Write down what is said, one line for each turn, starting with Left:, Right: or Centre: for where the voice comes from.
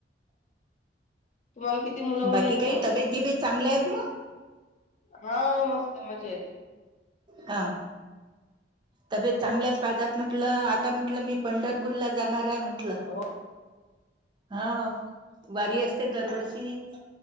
Left: तुम्हाला किती मुलं मुली
Right: बाकी
Left: आहेत?
Right: काही तब्येत गिबेत चांगल्या आहेत मग
Left: हा हो मस्त मजेत.
Right: हा तब्येत चांगल्याच पाहिजात म्हटलं आता म्हटलं मी पंढरपूरला जाणार आहे म्हण
Left: हो
Right: हा वारी असते दरवर्षी.